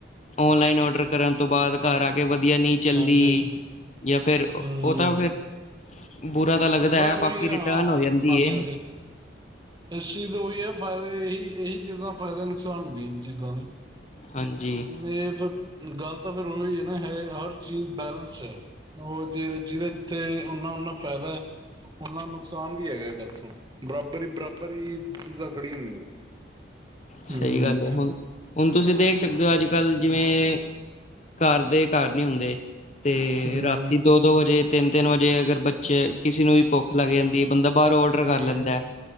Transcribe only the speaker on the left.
ਆਨਲਾਈਨ ਔਡਰ ਕਰਨ ਤੋਂ ਬਾਅਦ ਘਰ ਆ ਕੇ ਵੀ ਨਹੀਂ ਚੱਲਣੀ,
ਜਾਂ ਫੇਰ
ਉਹ ਤਾਂ ਫਿਰ ਬੁਰਾ ਤਾਂ ਲੱਗਦਾ
ਬਾਕੀ
ਰਿਟਰਨ
ਹੋ ਜਾਂਦੀ
ਹੈ
ਹਾਂਜੀ
ਸਹੀ
ਗੱਲ ਹੈ, ਹੁਣ ਹੁਣ ਤੁਸੀਂ ਦੇਖ ਸਕਦੇ ਹੋ ਅੱਜ ਕੱਲ੍ਹ ਜਿਵੇਂ ਘਰ ਦੇ ਘਰ ਨੀ ਹੁੰਦੇ, ਤੇ
ਰਾਤੀ ਦੋ ਦੋ ਵਜੇ ਤਿੰਨ ਤਿੰਨ ਵਜੇ ਅਗਰ ਬੱਚੇ ਕਿਸੇ ਨੂੰ ਵੀ ਭੁੱਖ ਲੱਗ ਜਾਂਦੀ ਹੈ। ਬੰਦਾ ਬਾਹਰ ਔਡਰ
ਕਰ ਲੈਂਦਾ ਹੈ,